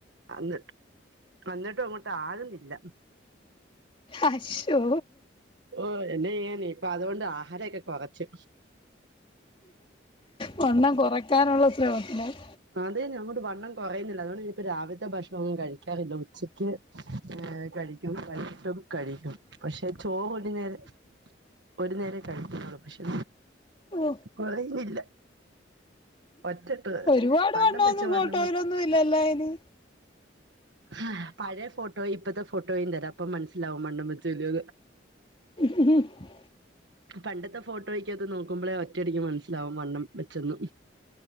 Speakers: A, on the right (about 70°); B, on the left (about 30°).
A: അന്നിട്ട് അന്നട്ടും അങ്ങോട്ട് ആകുന്നില്ല.
B: ആശോ
A: ഓ എന്നെയ്യാനേ ഇപ്പതുകൊണ്ട് ആഹാരെക്കെ കൊറച്ച്.
B: വണ്ണം കൊറക്കാനുള്ള ശ്രമത്തിലാ-
A: അതെന്നേ അങ്ങോട്ട് വണ്ണം കൊറയുന്നില്ല അതോണ്ട് ഇനിപ്പോ രാവിലെത്തെ ഭക്ഷണൊന്നും കഴിക്കാറില്ല ഉച്ചയ്ക്ക് ഏഹ് കഴിക്കും വെെകീട്ടും കഴിക്കും. പക്ഷെ ചോറൊരു നേരം ഒരു നേരം കഴിക്കുന്നുള്ളു പക്ഷേ
B: ഓ
A: കൊറയുന്നില്ല ഒറ്റട്ട്
B: ഒരുപാട്
A: വണ്ണം
B: വണ്ണവൊന്നും
A: വെച്ച് വണ്ണം
B: ഫോട്ടോയിലൊന്നും
A: വെച്ച്
B: ഇല്ലല്ലോ അയിന്.
A: ആഹ് പഴയ ഫോട്ടോയും ഇപ്പത്തെ ഫോട്ടോയും തരാം അപ്പൊ മനസ്സിലാവും വണ്ണം വച്ചോ ഇല്ല്യോന്ന്.
B: <inaudible>
A: പണ്ടത്തെ ഫോട്ടോയിക്കാത്ത് നോക്കുമ്പോളേ ഒറ്റടിയ്ക്ക് മനസ്സിലാവും വണ്ണം വെച്ചെന്ന്.